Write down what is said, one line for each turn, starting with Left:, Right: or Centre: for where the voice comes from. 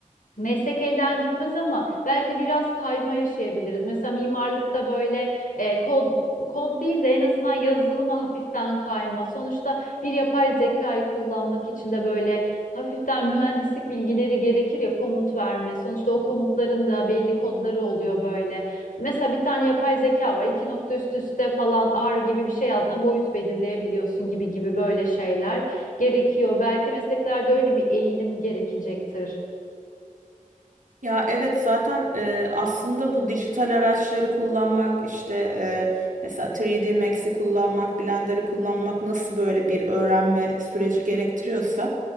Left: Meslek elden gitmez ama belki biraz kayma yaşayabiliriz. Mesela mimarlıkta böyle e, kod kod değil de en azından yazılıma hafiften kayma. Sonuçta bir yapay zekayı kullanmak için de böyle hafiften mühendislik bilgileri gerekir ya komut verme. Sonuçta o komutların da belli kodları oluyor böyle. Mesela bir tane yapay zeka var. iki nokta üst üste falan R gibi bir şey yazdığında boyut belirleyebiliyorsun gibi gibi böyle şeyler gerekiyor. Belki mesleklerde öyle bir eğilim gerekecektir.
Right: Ya evet zaten e, aslında bu dijital araçları kullanmak işte e, mesela 3D Max'i kullanmak, Blender'ı kullanmak nasıl böyle bir öğrenme süreci gerektiriyorsa